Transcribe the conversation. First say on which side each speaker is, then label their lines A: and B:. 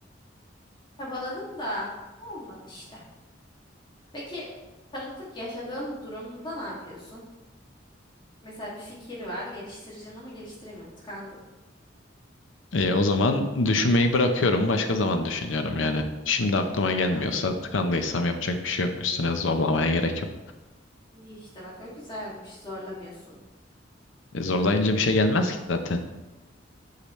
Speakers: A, on the left; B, on the left.
A: Çabaladım da olmadı işte. Peki tanıklık yaşadığın durumda ne yapıyorsun? Mesela bir fikir var, geliştireceksin ama geliştiremiyorsun, tıkandın.
B: E, o zaman düşünmeyi bırakıyorum. Başka zaman düşünüyorum yani. Şimdi aklıma
A: Ha,
B: gelmiyorsa tıkandıysam yapacak bir şey yok. Üstüne zorlamaya gerek yok.
A: iyi işte bak o güzelmiş, zorlamıyorsun.
B: E, zorlayınca bir şey gelmez ki zaten.